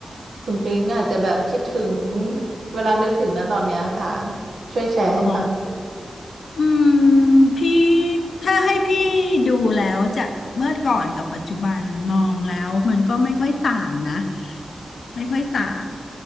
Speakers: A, on the right; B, on the left.
A: คุณปิงอาจจะแบบคิดถึงเวลานึกถึงนะตอนเนี้ยค่ะช่วยแชร์ให้ฟัง
B: อ๋อ อืมพี่ถ้าให้พี่ดูแล้วจากเมื่อก่อนกับปัจจุบันมองแล้วมันก็ไม่ค่อยต่างนะไม่ค่อยต่าง